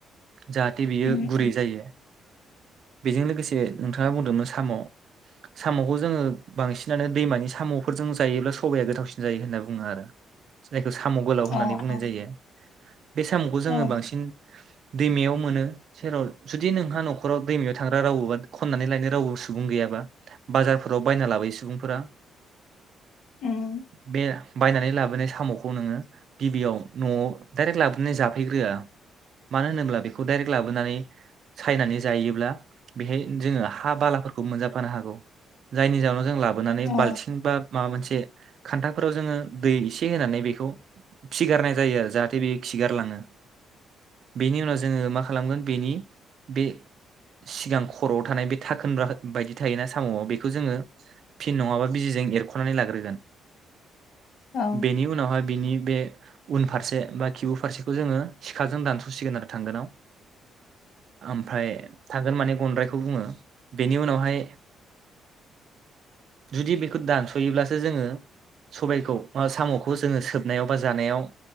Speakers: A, on the right; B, on the left.
A: जाहाथे बियो
B: उम
A: गुरै
B: उम
A: जायो। बेजों लोगोसे से नोंथाङा बुंदोंमोन साम' साम'खौ जोङो बांसिनानो दैमानि साम'फोरजों जायोब्ला सबाया गोथावसिन जायो होनना बुङो आरो जायखि साम' गोलाव होननानै
B: अ
A: बुंनाय
B: अ
A: जायो। बे साम'खौ जोङो
B: औ
A: बांसिन दैमायाव मोनो सेराव जुदि नोंहा न'खराव दैमायाव थांग्रा रावोबा खननानै लायनो रावबो सुबुं गैयाबा बाजारफोराव बायना लाबोयो सुबुंफोरा
B: उम
A: बे बायनानै लाबोनाय साम'खौ नोङो गिबियाव न'आव दडाइरेक्ट लाबोनानै जाफैग्रोआ मानो होनोब्ला बेखौ डाइरेक्ट लाबोनानै सायनानै जायोब्ला बेहाय जोङो हा बालाफोरखौ मोनजाफानो हागौ जायनि जाउनाव जों लाबो लाबोनानै
B: औ
A: बालथिं बा माबा मोनसे खान्थाफोराव जोङो दै एसे होनानै बेखौ खिगारनाय जायो आरो जाहाथे बेयो खिगारलाङो बेनि उनाव जोङो मा खालामगोन बेनि बे सिगां खर'आव थानाय बे थाखोना बायदि थायोना साम'आव बेखौ जोङो फिन नङाबा बिजिजों एरख'नानै लाग्रोगोन
B: औ
A: बेनि उनावहाय बिनि बे उन फारसे बा खिबु फारसेखौ जोङो सिखाजों दानस'सिगोन आरो थांगोनाव ओमफ्राय थागोन माने गद्राय बो बुङो बेनि उनावहाय जुदि बेखौ दानसयोब्लासो जोङो सबाइखौ साम'खौ जों सोबनायाव बा जानायाव